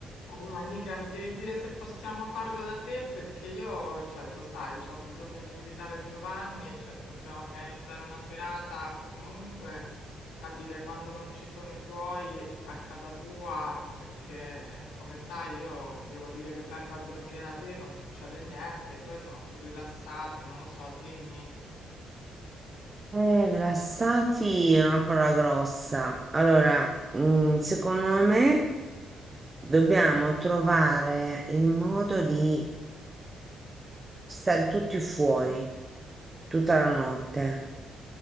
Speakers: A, on the left; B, on the right.
A: Allora, Nica, mi devi dire se possiamo farlo da te perché io, cioè, lo sai, ho bisogno di invitare Giovanni, cioè, dobbiamo organizzare una serata, comunque capire quando non ci sono i tuoi a casa tua, perché come sai io devo dire che vengo a dormire da te, non succede niente, i tuoi sono più rilassati, non lo so, dimmi.
B: Eh, rilassati è una parola grossa. Allora, mm, secondo me dobbiamo trovare il modo di stare tutti fuori tutta la notte.